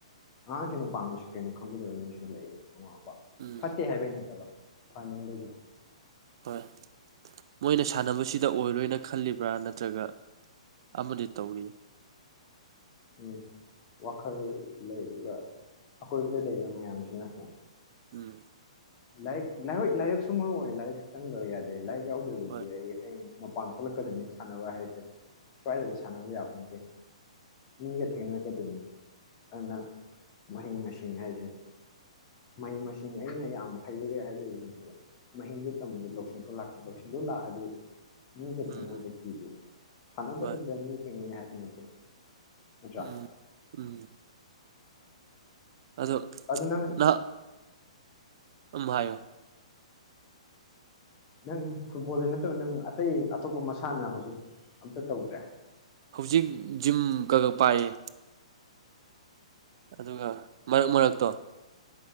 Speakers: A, on the left (about 30°); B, on the right (about 45°).
A: ꯑꯉꯥꯡꯁꯤꯡꯅ ꯄꯥꯝꯃꯤꯁꯤ ꯀꯩꯅꯣ ꯈꯪꯕꯤꯗꯕ ꯃꯤꯁꯨ ꯂꯩꯌꯦ ꯑꯣ
B: ꯎꯝ
A: ꯐꯠꯇꯦ ꯍꯥꯏꯕꯩ ꯅꯠꯇꯕ ꯐꯥꯅꯤꯡꯕꯒꯤ
B: ꯍꯣꯏ ꯃꯣꯏꯅ ꯁꯥꯟꯅꯕꯁꯤꯗ ꯑꯣꯏꯔꯣꯏꯅ ꯈꯜꯂꯤꯕ꯭ꯔꯥ ꯅꯠꯇ꯭ꯔꯒ ꯑꯃꯗꯤ ꯇꯧꯔꯤ
A: ꯎꯝ ꯋꯥꯈꯜ ꯂꯩꯔꯤꯕ ꯑꯀꯣꯏꯕꯗ ꯂꯩꯔꯤꯕ ꯃꯌꯥꯝꯁꯤꯅꯀꯣ
B: ꯎꯝ
A: ꯂꯥꯏꯔꯤꯛ ꯂꯥꯏ ꯂꯥꯏꯔꯤꯛꯁꯨ ꯃꯔꯨ ꯑꯣꯏ ꯂꯥꯏꯔꯤꯛꯁꯨ ꯆꯪꯗꯕ ꯌꯥꯗꯦ ꯂꯥꯏꯔꯤꯛ ꯌꯥꯎꯗ꯭ꯔꯕꯗꯤ
B: ꯍꯣꯏ
A: ꯑꯩ ꯍꯌꯦꯡ ꯃꯄꯥꯟ ꯊꯣꯛꯂꯛꯀꯗꯣꯏꯅꯤ ꯁꯥꯟꯅꯕ ꯍꯥꯏꯁꯦ ꯁ꯭ꯋꯥꯏꯗꯗ ꯁꯥꯟꯅꯕ ꯌꯥꯕ ꯅꯠꯇꯦ ꯃꯤꯒ ꯊꯦꯡꯅꯔꯛꯀꯗꯣꯏꯅꯤ ꯑꯗꯨꯅ ꯃꯍꯩ ꯃꯁꯤꯡ ꯍꯥꯏꯁꯦ ꯃꯍꯩ ꯃꯁꯤꯡ ꯑꯩꯅ ꯌꯥꯝ ꯍꯩꯔꯨꯔꯦ ꯍꯥꯏꯗ ꯌꯦꯩꯅ ꯇꯧꯕ ꯃꯍꯤꯡꯗꯣ ꯇꯝꯝꯕꯗꯤ ꯂꯧꯁꯤꯡꯁꯨ ꯂꯥꯛꯀꯅꯤ ꯂꯧꯁꯤꯡꯗꯣ ꯂꯥꯛꯑꯗꯤ ꯃꯤ ꯀ
B: ꯎꯝ
A: ꯊꯦꯡꯅꯕꯥꯗ ꯀꯤꯗꯦ ꯁꯥꯟꯕꯗ
B: ꯍꯣꯏ
A: ꯗ ꯃꯤ ꯊꯤꯡꯅꯤ ꯍꯥꯏꯕ ꯅꯠꯇꯦ ꯅꯠꯇ꯭ꯔꯥ
B: ꯎꯝ ꯎꯝ ꯑꯗꯣ
A: ꯑꯗꯨ ꯅꯪ
B: ꯅ ꯑꯗꯨ ꯍꯥꯏꯣ
A: ꯅꯪ ꯐꯨꯠꯕꯣꯜꯗ ꯅꯠꯇꯕ ꯅꯪ ꯑꯇꯩ ꯑꯇꯣꯞꯄ ꯃꯁꯥꯟꯅ ꯍꯧꯖꯤꯛ ꯑꯝꯇ ꯇꯧꯗ꯭ꯔꯦ
B: ꯍꯧꯖꯤꯛ ꯖꯤꯝ ꯀꯒ ꯄꯥꯏꯌꯦ ꯑꯗꯨꯒ ꯃꯔꯛ ꯃꯔꯛꯇꯣ